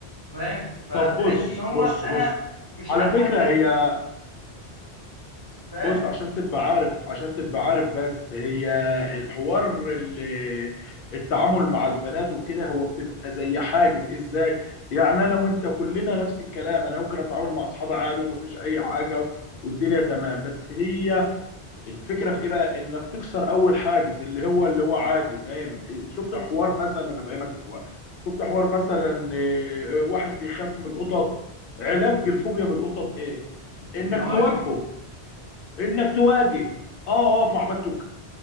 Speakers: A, on the left; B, on the left.
A: فاهم فبحس
B: طب بص
A: إن هو
B: بص
A: أنا
B: بص
A: مش
B: على
A: عارف
B: فكرة
A: أعمل إيه
B: هي
A: فاهم
B: بص عشان تبقى عارف عشان تبقى عارف بس هي الحوار ال- التعامل مع البنات وكده هو بتبقى زي حاجز ازاي يعني انا وانت كلنا نفس الكلام انا ممكن اتعامل مع اصحابي عادي ومفيش اي حاجه والدنيا تمام بس هي الفكره في ايه بقى انك تكسر اول حاجز اللي هو اللي هو عادي فاهم شفت حوار مثلا انا فاهمك دلوقتي شفت حوار مثلا آه، واحد بيخاف من القطط علاج الفوبيا من القطط ايه انك
A: النواجذ
B: تواجهه انك تواجه اه اقف مع بنت واتكلم